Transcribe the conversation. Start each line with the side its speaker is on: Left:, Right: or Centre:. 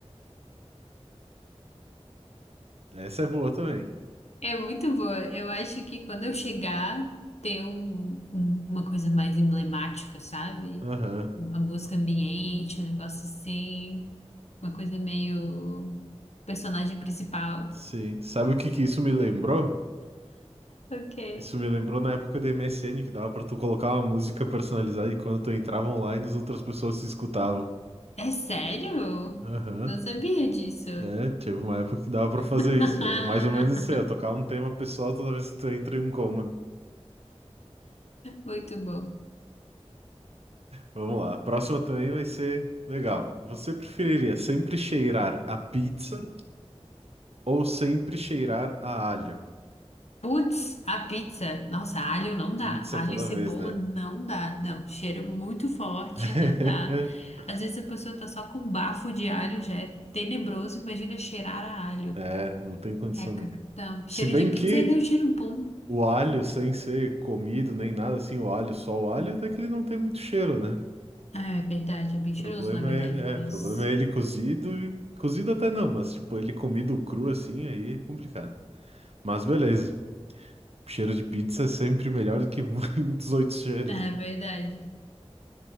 Right: Essa é boa também.
Left: É muito boa. Eu acho que quando eu chegar, ter um- um- uma coisa mais emblemática, sabe?
Right: Aham,
Left: Uma música ambiente, um negócio assim. Uma coisa meio personagem principal.
Right: sim. Sabe o que que isso me lembrou?
Left: O quê?
Right: Isso me lembrou na época do MSN que dava pra tu colocar uma música personalizada e quando tu entrava online as outras pessoas se escutavam.
Left: É sério?
Right: Aham.
Left: Não sabia disso.
Right: É, teve uma época que dava pra fazer
Left: <laughs>
Right: isso. E é mais ou menos isso aí, ó, tocar um tema pessoal toda vez que tu entra em um cômodo.
Left: Muito bom.
Right: Vamos lá. A próxima também vai ser legal. Você preferiria sempre cheirar a pizza ou sempre cheirar a alho?
Left: Putz, a pizza. Nossa, alho não dá.
Right: Pizza
Left: Alho
Right: toda
Left: e cebola
Right: vez, né?
Left: não dá. Não, cheiro muito forte,
Right: <laughs>
Left: não dá. Às vezes a pessoa tá só com bafo de alho, já é tenebroso. Imagina cheirar a alho.
Right: É, não tem condição
Left: Reca.
Right: não.
Left: Não, cheiro
Right: Se bem
Left: de pizza
Right: que
Left: ainda é um cheiro bom.
Right: o alho, sem ser comido nem nada assim, o alho, só o alho, até que ele não tem muito cheiro, né?
Left: É verdade, é bem cheiroso,
Right: Problema
Left: na verdade,
Right: é ele, é,
Left: mas.
Right: problema é ele cozido e cozido até não, mas tipo, ele comido cru assim, aí é complicado. Mas beleza, cheiro de pizza é sempre melhor do que <laughs> muitos outros cheiros,
Left: É
Right: né?
Left: verdade.